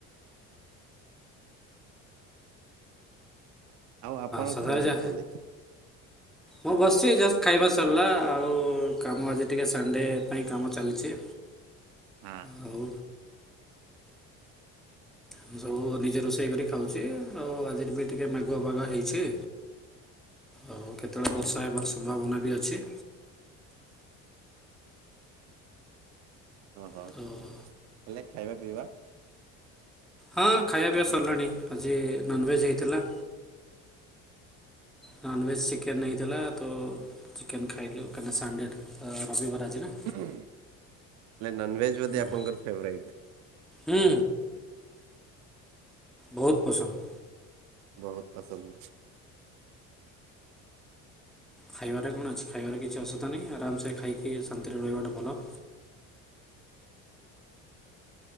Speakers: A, on the right; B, in the centre.
A: ଆଉ ଆପଣ
B: ସାଧାରେ
A: କଣ
B: ଯା
A: କରୁଛନ୍ତି?
B: ମୁଁ ବସିଛି ଜଷ୍ଟ ଖାଇବା ସରିଲା ଆଉ କାମ ଆଜି ଟିକେ ସଣ୍ଡେ ପାଇଁ କାମ ଚାଲିଛି।
A: ହାଁ।
B: ଆଉ ମୁଁ ସବୁ ନିଜେ ରୋଷେଇ କରି ଖାଉଛି ଆଉ ଆଜିର ବି ଟିକେ ମେଘୁଆ ପାଗ ହେଇଛି। ଆଉ କେତେବେଳେ ବର୍ଷା ହେବାର ସମ୍ଭାବନା ବି ଅଛି।
A: ହଁ ହଁ।
B: <inaudible>
A: ହେଲେ ଖାଇବା ପିଇବା।
B: ହଁ ଖାଇବା ପିଇବା ସରିଲାଣି ଆଜି ନନଭେଜ ହେଇଥିଲା। ନନ୍ଭେଜ୍ ଚିକେନ୍ ହେଇଥିଲା ତ ଚିକେନ ଖାଇଲୁ କାହିଁକନା ସଣ୍ଡେ ରବିବାର ଆଜି ନା।
A: ହେଲେ ନନଭେଜ ବୋଧେ
B: ତେଣୁ
A: ଆପଣଙ୍କର ଫେଭରାଇଟ।
B: ହୁଁ। ବହୁତ ପସନ୍ଦ।
A: ବହୁତ ପସନ୍ଦ।
B: ଖାଇବାରେ କଣ ଅଛି ଖାଇବାର କିଛି ଅସୁବଧା ନାହିଁ ଆରାମସେ ଖାଇକି ଶାନ୍ତିରେ ରହିବାଟା ଭଲ।